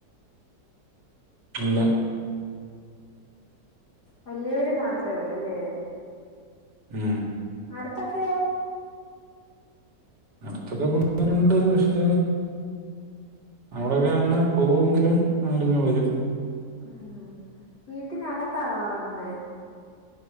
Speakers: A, on the right; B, on the left.
A: ഇല്ലാ
B: വലിയവര് മാത്രേ ഉള്ളല്ലേ
A: മ്
B: അട്‌ത്തൊക്കെയോ
A: അടുത്തൊക്കെ പിള്ളാരുണ്ട് പക്ഷെ അവിടോക്കെ അങ്ങനെ പോവുങ്കിലും അങ്ങട്ടന്നെ വരും
B: മ് വീട്ടിനകത്താണോ ഉറങ്ങുന്നേ